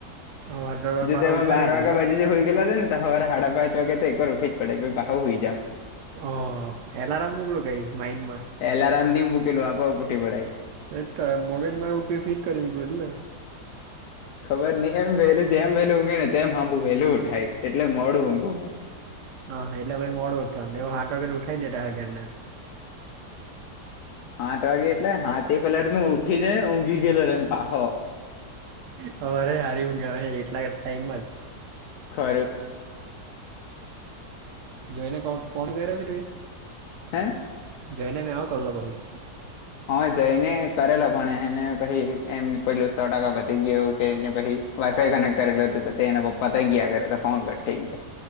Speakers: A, on the right; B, on the left.
A: હવારે તો
B: જો
A: પાહા
B: તમે
A: ઉઠાડી
B: બાર
A: મૂકે
B: વાગા બાજું જે હુઈ ગયેલા નન તો હવારે હાડા પાંચ વાગે તો એક વાર ઉઠી જ પડે, પહી તો હાવ હુઈ જાવ.
A: હા. એલારામ <unintelligible> માઈન્ડમાં
B: એલાર્મ ની મૂકેલું આપોઆપ ઉઠી પડાય.
A: તે-તે મગજમાં એવું તે ફીટ કરી મૂક્યું એટલે.
B: ખબર નહીં, એમ વહેલું જેમ વહેલું ઊંઘે ને તેમ હામું વહેલું ઉઠાય, એટલે મોડું ઊંઘું ભાઈ.
A: હા. એટલે ભાઈ મોડું ઉઠવાનું. તેઓ હાત વાગે તો ઉઠાવી <unintelligible>
B: આઠ વાગે એટલે હા તે પેલા <unintelligible> ઉઠી જા, ઊંઘી ગયેલો રહેમ પાહો.
A: હવારે હારી ઊંઘ આવે એટલા ટાઈમ માં જ.
B: ખરું.
A: જોઈને કો ફોન <unintelligible>
B: હે?
A: જયને <unintelligible> કરલો ભાઈ.
B: હા જય ને કરેલો પણ એને પહી એમ પેલું સો ટકા વધી ગયું એવું કહીને પહી વાયફાઈ કનેક્ટ કરેલું હતું તો તેના પપ પતાઈ ગયા ઘરે તો ફોન કટ ગયો,